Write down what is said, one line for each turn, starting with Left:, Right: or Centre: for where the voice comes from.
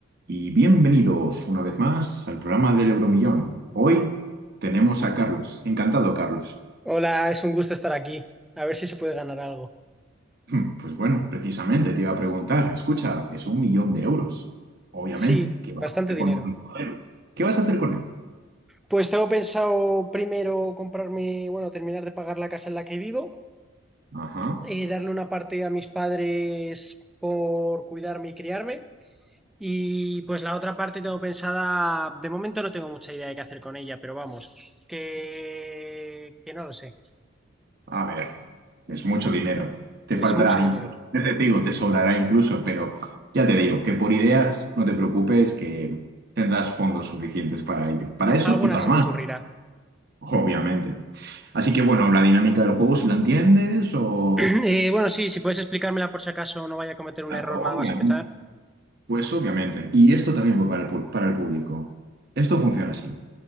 Right: Y bienvenidos una vez más al programa del Euromillón. Hoy tenemos a Carlos. Encantado, Carlos.
Centre: Hola, es un gusto estar aquí. A ver si se puede ganar algo.
Right: Hmm, Pues bueno, precisamente te iba a preguntar, escucha, es un millón de euros. Obviamente,
Centre: Sí,
Right: ¿qué vas
Centre: bastante
Right: a hacer
Centre: dinero.
Right: con tanto dinero? ¿Qué vas a hacer con él?
Centre: Pues tengo pensado primero comprarme, bueno, terminar de pagar la casa en la que vivo,
Right: Ajá.
Centre: eh, darle una parte a mis padres por cuidarme y criarme. Y pues la otra parte tengo pensada, de momento no tengo mucha idea de qué hacer con ella, pero vamos, que, que no lo sé.
Right: A ver, es mucho dinero. Te
Centre: Es
Right: faltará,
Centre: mucho dinero.
Right: incluso, te digo, te sobrará incluso, pero ya te digo que por ideas no te preocupes que tendrás fondos suficientes para ello. Para eso
Centre: Alguna
Right: y para
Centre: se
Right: más.
Centre: me ocurrirá.
Right: Obviamente. Así que bueno, la dinámica del juego, si la entiendes o...
Centre: <clears throat> Eh, bueno, sí, si puedes explicármela por si acaso no vaya a cometer un
Right: Claro,
Centre: error
Right: obviamente.
Centre: nada más empezar.
Right: Pues obviamente. Y esto también va para el, pu- para el público. Esto funciona así.